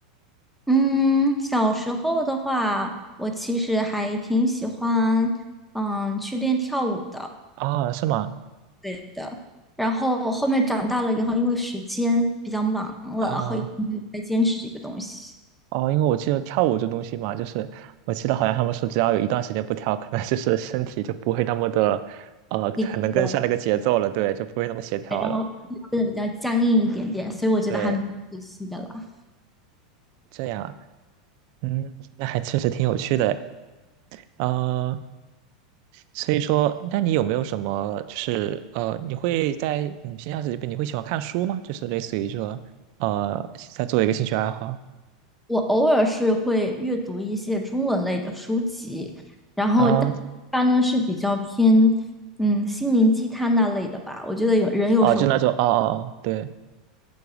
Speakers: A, in the centre; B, on the right.
A: 嗯，小时候的话，我其实还挺喜欢，嗯，去练跳舞的，
B: 啊，是吗？
A: 对的。然后后面长大了以后，因为时间比较忙了，
B: 啊。
A: 然后一直没有再坚持这个东西。
B: 哦，因为我记得跳舞这东西嘛，就是我记得好像他们说，只要有一段时间不跳，可能就是身体就不会那么的，呃，
A: 那个。
B: 很能跟上那个节奏了，对，就不会那么协调了，
A: 对然后身体会变得比较僵硬一点点，所以我觉得还蛮可惜的啦。
B: 对，这样，嗯，那还确实挺有趣的，呃，所以说，那你有没有什么，就是呃，你会在你平常时间，你会喜欢看书吗？就是类似于说，呃，在做一个兴趣爱好
A: 我偶尔是会阅读一些中文类的书籍，然后但它呢是比较偏嗯心灵鸡汤那类的吧。
B: 啊，
A: 我觉得有人有时候
B: 哦，就那种，哦哦哦，对，